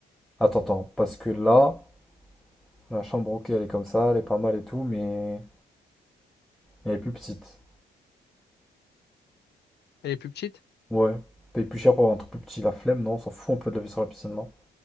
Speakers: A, in the centre; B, on the left (about 55°).
A: Attends, attends. Parce que là. La chambre, ok, elle est comme ça, elle est pas mal et tout, mais elle est plus petite.
B: Elle est plus petite?
A: Ouais. Paye plus cher pour avoir un truc plus petit, la flemme, non, on s'en fout un peu de la vue sur la piscine, non?